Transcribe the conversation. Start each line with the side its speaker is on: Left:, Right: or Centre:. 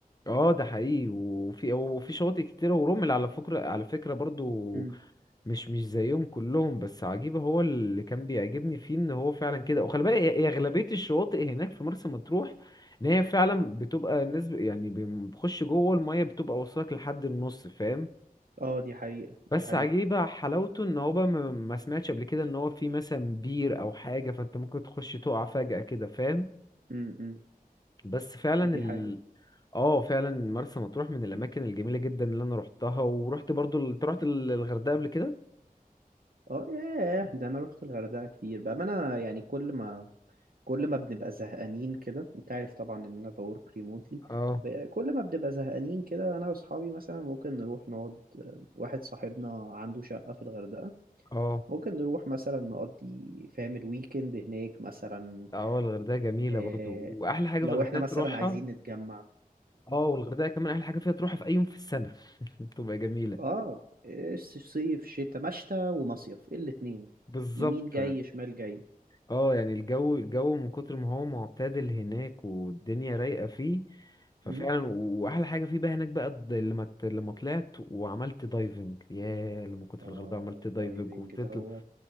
Left: اه ده حقيقي وفي وفي شواطئ كتيرة ورمل على فكرة على فكرة برضو
Right: مم.
Left: مش مش زيهم كلهم بس عجيبة هو اللي كان بيعجبني فيه ان هو فعلا كده وخلي بالك هي- هي أغلبية الشواطئ هناك في مرسى مطروح ان هي فعلا بتبقى الناس ب- يعني بتخش جوه المية بتبقى وصلك لحد النص فاهم
Right: اه دي حقيقة
Left: بس
Right: دي حقيقة
Left: عجيبة حلاوته ان هو بقى ما ما سمعتش قبل كده ان هو في مثلا بير او حاجة فانت ممكن تخش تقع فجأة كده فاهم
Right: مم. مم.
Left: بس فعلا
Right: دي
Left: ال
Right: حقيقة
Left: اه فعلا مرسى مطروح من الاماكن الجميلة جدا اللي انا روحتها ورحت برضو ال- انت رحت ال- الغردقة قبل كده
Right: اه ياه ده انا روحت الغردقة كتير بقى ما انا يعني كل ما كل ما بنبقى زهقانين كده انت عارف طبعا ان انا بورك ريموتلي
Left: اه
Right: كل ما بنبقى زهقانين كده انا واصحابي مثلا ممكن نروح نقعد واحد صاحبنا عنده شقة في الغردقة
Left: اه
Right: ممكن نروح مثلا نقضي فاهم الويكند هناك مثلا
Left: اه الغردقة جميلة
Right: اه
Left: برضو واحلى حاجة
Right: لو
Left: في الغردقة
Right: احنا مثلا
Left: تروحها
Right: عايزين نتجمع
Left: اه والغردقة كمان احلى حاجة فيها تروحها في اي يوم في السنة <laughs> تبقى جميلة
Right: <clears throat> اه إيه، صيف شتاء مشتى ومصيف الاتنين
Left: بالظبط
Right: يمين جاي شمال جاي
Left: اه يعني الجو الجو من كتر ما هو معتدل هناك والدنيا رايقة فيه ففعلا
Right: م?
Left: واحلى حاجة فيه بقى هناك بقى الد- لما ت- لما طلعت وعملت دايفنج ياه لما كنت في
Right: اه
Left: الغردقة عملت دايفنج
Right: الدايفنج
Left: وتطلع
Right: دوت